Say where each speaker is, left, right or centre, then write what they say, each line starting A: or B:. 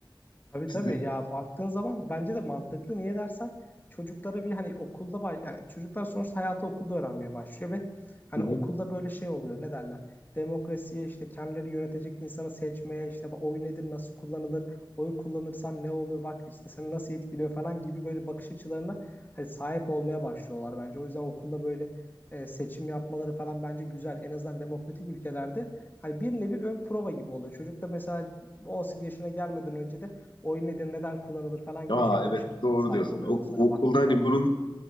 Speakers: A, on the left; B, on the left.
A: Tabii
B: Sizi...
A: tabii ya baktığın zaman bence de mantıklı. Niye dersen çocuklara bir hani okulda baş- yani çocuklar sonuçta hayatı okulda öğrenmeye başlıyor ve hani
B: Hı hı.
A: okulda böyle şey oluyor ne derler? Demokrasiye işte kendileri yönetecek insanı seçmeye işte bu oy nedir nasıl kullanılır oy kullanırsan ne olur bak işte seni nasıl etkiliyor falan gibi böyle bakış açılarına hani sahip olmaya başlıyorlar bence. O yüzden okulda böyle e, seçim yapmaları falan bence güzel. En azından demokratik ülkelerde hani bir nevi ön prova gibi oluyor. Çocuk da mesela 18 yaşına gelmeden önce de oyun nedir, neden kullanılır falan
B: Aa
A: gibi şey bakış
B: evet
A: açısına
B: doğru
A: sahip
B: diyorsun.
A: oluyor
B: Ok-
A: mesela
B: okulda
A: baktığın
B: hani
A: zaman.
B: bunun